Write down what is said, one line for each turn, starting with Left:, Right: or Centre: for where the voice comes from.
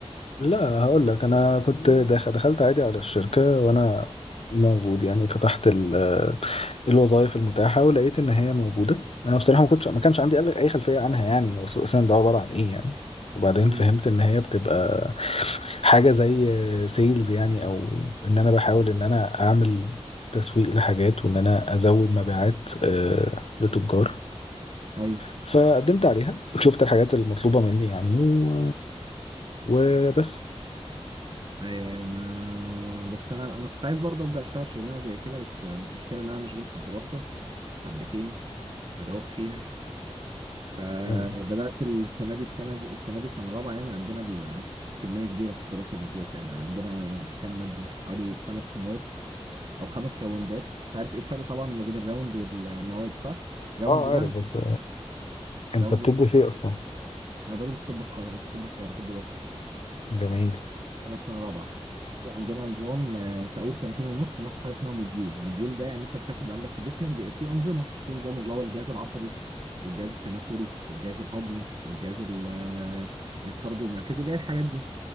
Left: لا هقول لك انا كنت دخ- دخلت عادي على الشركه وانا موجود يعني فتحت ال- الوظائف المتاحه ولقيت ان هي موجوده انا بصراحه ما كنتش ما كانش عندي اي خلفيه عنها يعني هو اصلا ده عباره عن ايه يعني وبعدين
Right: مم.
Left: فهمت ان هي بتبقى حاجه زي سيلز يعني او ان انا بحاول ان انا اعمل تسويق لحاجات وان انا ازود مبيعات آه، لتجار
Right: ايوه
Left: فقدمت عليها شفت الحاجات المطلوبه مني يعني و... وبس
Right: ايوه ايوه انا بس انا انا كنت عايز برضه ابدا اشتغل شغلانه زي كده بس المشكله ان انا مشغول في الدراسه حبتين مدعوك فيها فبدأت
Left: يعني
Right: السنة دي السنة دي السنة دي سنة رابعة يعني عندنا ال- كمية كبيرة في الدراسة بالذات يعني عندنا كام مادة حوالي خمس مواد أو خمس راوندات أنت عارف إيه الفرق طبعا ما بين الراوند والمواد صح؟ راوند
Left: اه عارف
Right: ده
Left: بس انت
Right: راوند
Left: بتدرس
Right: ده
Left: ايه اصلا
Right: أنا بدرس طب القاهرة طب القاهرة طب بشري
Left: جميل
Right: انا في سنه رابعه في عندنا نظام آه، في اول سنتين ونص بناخد حاجه اسمها موديول موديول ده يعني انت بتاخد عندك في جسمك بيبقى فيه انظمه في نظام اللي هو الجهاز العصبي والجهاز التناسلي والجهاز الهضمي والجهاز ال- آه، الطردي المركزي اللي هي الحاجات دي